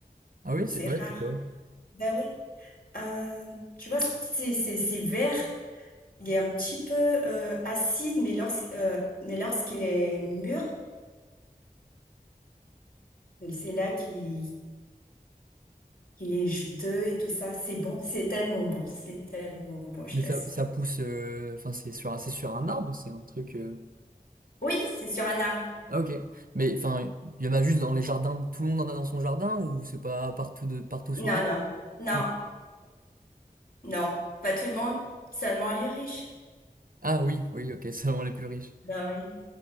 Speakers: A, on the right; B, on the left.
A: Ah oui,
B: C'est
A: c'est ouais,
B: rare.
A: c'est quoi?
B: Ben oui. Euh, tu vois, c'est c'est c'est vert. Il est un petit peu euh, acide, mais lorsque euh, mais lorsqu'il est mûr, c'est là qu'il qu'il est juteux et tout ça. C'est bon, c'est tellement bon, c'est tellement bon, je
A: Mais
B: t'assure.
A: ça, ça pousse, euh, enfin, c'est sur, un- c'est sur un arbre, c'est un truc. euh,
B: Oui, c'est sur un arbre.
A: Ah ok. Mais enfin, il y en a juste dans les jardins, tout le monde en a dans son jardin ou c'est pas partout de partout sur
B: Non,
A: l'île?
B: non, non,
A: Non.
B: non. Pas tout le monde, seulement les riches.
A: Ah oui, oui, ok, <laughs> seulement les plus riches.
B: Ben oui.